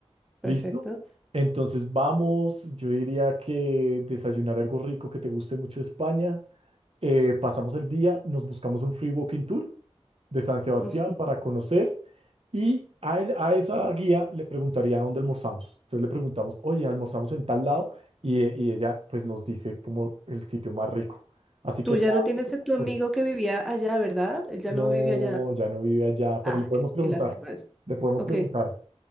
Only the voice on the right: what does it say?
¿Listo? Entonces vamos, yo diría que desayunar algo rico que te guste mucho de España, eh, pasamos el día, nos buscamos un free walking tour de San Sebastián
para conocer y a, él- a esa guía le preguntaría dónde almorzamos. Entonces le preguntamos, oye, almorzamos en tal lado y, e- y ella pues nos dice como el sitio más rico. Así
que
sea,
pero
no,
ya no vive allá, pero
le podemos
preguntar,
le podemos
preguntar.